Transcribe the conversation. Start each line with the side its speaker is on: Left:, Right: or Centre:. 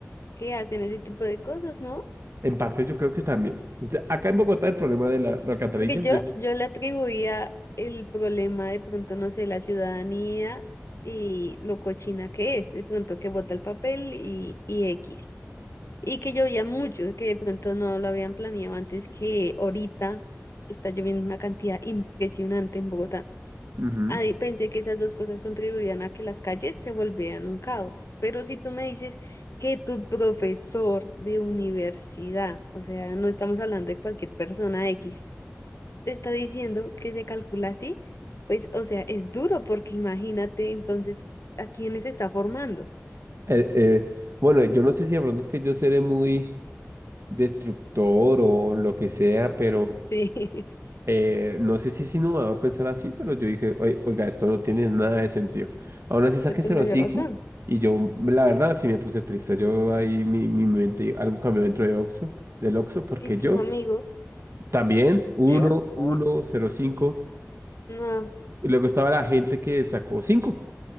Left: que hacen ese tipo de cosas, ¿no?
Right: En parte yo creo que también. O sea, acá en Bogotá el problema de la, la alcantarilla.
Left: Porque yo,
Right: yo-
Left: yo le atribuía el problema de pronto, no sé, la ciudadanía y lo cochina que es, de pronto que bota el papel y, y X. Y que llovía mucho, que de pronto no lo habían planeado antes que ahorita está lloviendo una cantidad impresionante en Bogotá.
Right: Ujú.
Left: Ahí pensé que esas dos cosas contribuían a que las calles se volvieran un caos. Pero si tú me dices que tu profesor de universidad, o sea, no estamos hablando de cualquier persona X, te está diciendo que se calcula así, pues, o sea, es duro porque imagínate entonces a quiénes está formando.
Right: Eh, eh, bueno, yo no sé si de pronto es que yo seré muy destructor o lo que sea, pero
Left: Sí, <laughs>
Right: eh, no sé si es innovador pensar así, pero yo dije, "Oi- oiga, esto no tiene nada de sentido. Aún así saqué
Left: es con
Right: cero
Left: mayor
Right: coma cinco
Left: razón.
Right: y yo, la verdad, sí me puse triste. Yo ahí mi, mi mente, algo cambió dentro de Oxxo, del Oxxo, porque
Left: ¿Y tus
Right: yo...
Left: amigos?
Right: También, uno
Left: Bien,
Right: uno
Left: un-
Right: cero cinco
Left: No.
Right: Y luego estaba la gente que sacó cinco